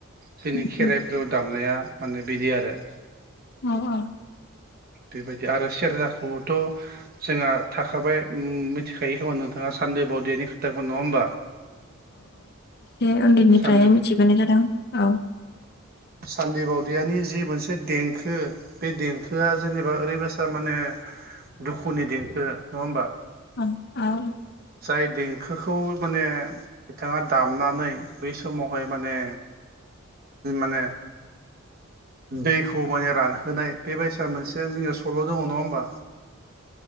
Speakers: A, on the right; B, on the left.
A: जोंनि
B: उम,
A: खेराइफोराव
B: उम,
A: दामनाया माने बिदि आरो।
B: अ अ
A: बेबायदि आरो सेरजाखौबोथ' जोंहा थाखाबाय मिथिखायो खोमा नोंथाङा सा न्दो बावदियानि खोथाखौ नङा होमबा?
B: उन्दैनिफ्राय
A: सान्दो
B: मिथिबोनाय जादों औ।
A: सान्दि बावदियानि जि मोनसे देंखो बे देंखोआ जेनेबा ओरैबायसा थारमाने दुखुनि देंखो नङा होमबा?
B: उम औ
A: जाय देंखोखौ माने बिथाङा दामनानै बै समावहाय माने माने दैखौ माने रानहोनाय बेबायसा मोनसे जोंनियाव सल' दङ नङा होमबा।